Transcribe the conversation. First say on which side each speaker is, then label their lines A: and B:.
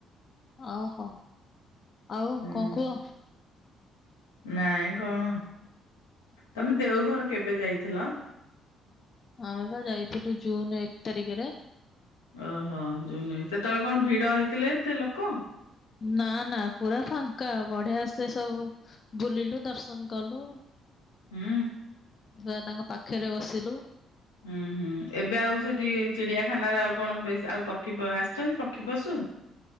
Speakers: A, on the left; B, on the left.
A: ଓ ହୋ ଆଉ
B: ହୁଁ
A: କଣ କୁହ?
B: ନାଇଁ କଣ ତମେ ଦେଓଘର କେବେ ଯାଇଥିଲ?
A: ଆମେ ବା ଯାଇଥିଲୁ ଜୁନ ଏକ ତାରିକରେ।
B: ଓ ହୋ ଜୁନ୍ ଏ ସେତେବେଳେ କଣ ଭିଡ ହେଇଥିଲେ ଏତେ ଲୋକ?
A: ନା ନା ପୁରା ଫାଙ୍କା ବଢିଆ ସେ ସବୁ ବୁଲିଲୁ ଦର୍ଶନ କଲୁ।
B: ହୁଁ।
A: ଛୁଆ ତାଙ୍କ ପାଖରେ ବସିଲୁ।
B: ହୁଁ ହୁଁ ଏବେ ଆଉ ସେଠି ଚିଡିଆଖାନାରେ ଆଉ କଣ ବେଶ ଆଉ ପକ୍ଷୀ ଆସିଛନ୍ତି? ପକ୍ଷୀ ପଶୁ?